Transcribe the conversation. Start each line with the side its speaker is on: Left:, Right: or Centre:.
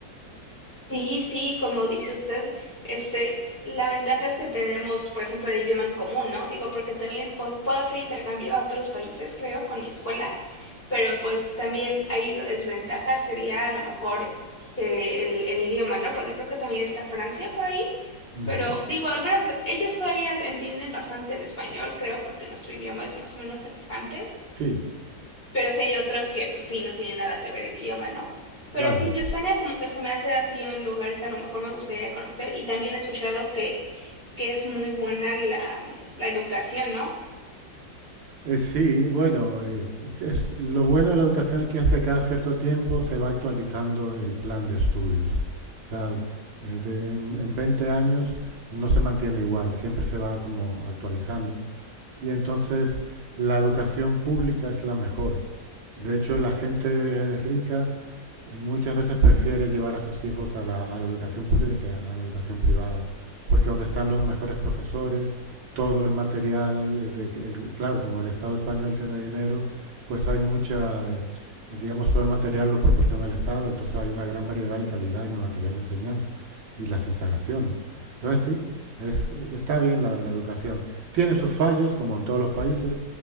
Left: Sí, sí, como dice usted, este, la ventaja es que tenemos, por ejemplo, el idioma en común, ¿no? Digo, porque también pod- puedo hacer intercambio a otros países, creo, con mi escuela, pero pues también ahí la desventaja sería a lo mejor eh, el, el idioma, ¿no? Porque creo que también está Francia por ahí,
Right: Ujú.
Left: pero digo, al menos ellos todavía entienden bastante el español, creo, porque nuestro idioma es más o menos semejante.
Right: Sí,
Left: Pero sí hay otros que, pues sí, no tienen nada que ver el idioma, ¿no? Pero
Right: claro.
Left: sí, de España como que se me hace así un lugar que a lo mejor me gustaría conocer y también he escuchado que, que es muy buena la, mm, la educación, ¿no?
Right: Eh, sí, bueno, eh, es- es- lo bueno de la educación aquí es que cada cierto tiempo se va actualizando el plan de estudios. O sea, eh, de- en, en 20 años no se mantiene igual, siempre se va como actualizando. Y entonces la educación pública es la mejor. De hecho, la gente rica muchas veces prefiere llevar a sus hijos a la, a la educación pública que a la educación privada, porque donde están los mejores profesores, todo el material, eh, de- el- claro, como el Estado español tiene dinero, pues hay mucha, eh, digamos, todo el material lo proporciona el Estado, entonces hay una gran variedad y calidad en el material de enseñanza y las instalaciones. Entonces sí, es, está bien la, la educación. Tiene sus fallos, como en todos los países,